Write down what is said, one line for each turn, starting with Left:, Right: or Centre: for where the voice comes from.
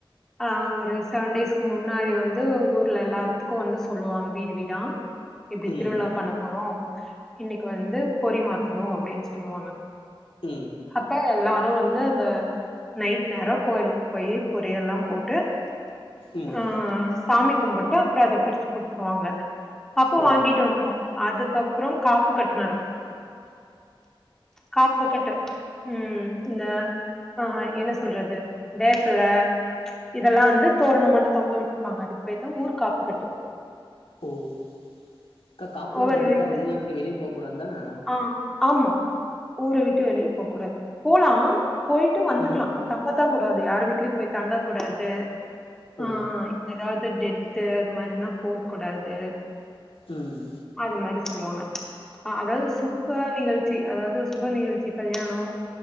Centre: அஹ் ஒரு செவன் டேஸ்க்கு முன்னாடி வந்து ஊர்ல எல்லாத்துக்கு வந்து சொல்லுவாங்க வீடு வீடா இப்டி
Left: ம்
Centre: திருவிழா பண்ண போறோ இன்னைக்கு வந்து பொரிமாத்தணு அப்டின்னு சொல்லுவாங்க
Left: உம்
Centre: அப்ப எல்லாரும் வந்து அந்த நைட் நேரம் கோயிலுக்கு போய் பொரி எல்லாம் போட்டு
Left: ம்
Centre: ஆஹ் சாமி கும்பிட்டு அப்புறம் அதை பிரிச்சு குடுத்துருவாங்க அப்போ
Left: ஓ
Centre: வாங்கிட்டு வந்துருவோ அதுக்கப்புறம் காப்பு கட்டு நடக்கு காப்பு கட்டு உஹம் இந்த ஆஹ் என்ன சொல்றது வேப்பல இதெல்லா வந்து தோரண மட்டும் தொங்க விட்டுருப்பாங்க அதுக்கு பெயர்தா ஊர் காப்புக்கட்டு
Left: ம் அக்கா காப்புல்லா
Centre: ஒவ்வொரு
Left: கட்டிட்டா
Centre: வீட்லயு
Left: ஊர விட்டு வெளியே போ கூடாது தானே
Centre: ஆ ஆமா ஊற விட்டு வெளிய போ கூடாது போலா போயிட்டு வந்துக்கலா
Left: ம்
Centre: தங்க தான் கூடாது யார் வீட்லயு போய் தங்கக்கூடாது
Left: ஓ
Centre: ஆஹ் ஏதாவது டெத் தெரியாத மாரிலா போக கூடாது
Left: உம்ஹ்
Centre: அது மாரி சொல்லுவாங்க அதாவது சூப்ப நீங்கள் அதாவது சுப நிகழ்ச்சி கல்யாணம்